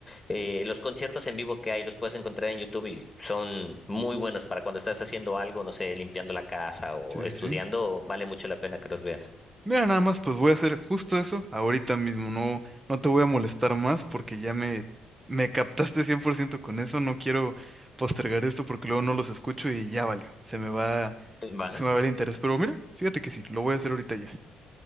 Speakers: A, on the left; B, on the right.
A: Eh, los conciertos en vivo que hay, los puedes encontrar en YouTube y son muy buenos para cuando estás haciendo algo, no sé, limpiando la casa o
B: sí, sí,
A: estudiando,
B: sí.
A: vale mucho la pena que los veas.
B: Mira, nada más, pues voy a hacer justo eso ahorita mismo, no, no te voy a molestar más porque ya me, me captaste 100% con eso, no quiero postergar esto porque luego no los escucho y ya valió, se me va,
A: Va.
B: se me va el interés, pero mira, fíjate que sí, lo voy a hacer ahorita ya.